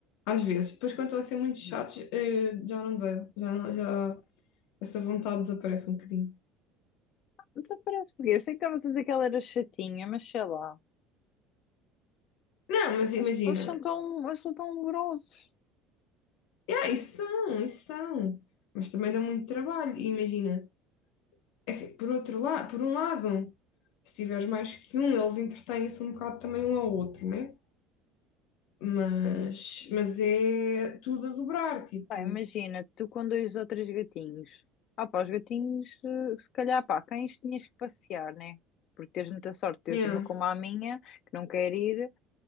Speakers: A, on the left; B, on the left.
A: às vezes. Depois, quando estão a ser muito chatos,
B: Não.
A: eh, já não dá. Já, não- já essa vontade desaparece um bocadinho.
B: Então parece porque eu sei que estavas a dizer que ela era chatinha, mas sei lá.
A: Não, mas imagina.
B: Eles, eles são tão, eles são tão grossos.
A: Yeah, isso são, isso são. Mas também dá muito trabalho. E imagina. É assim, por outro lado, por um lado, se tiveres mais que um, eles entretêm-se um bocado também um ao outro, né? Mas, mas é tudo a dobrar, tipo.
B: Pá, imagina, tu com dois ou três gatinhos. Ah, pá, os gatinhos, eh, se calhar, pá, cães tinhas que passear, né? Porque tens muita sorte, tens
A: Yeah.
B: uma como a minha, que não quer ir,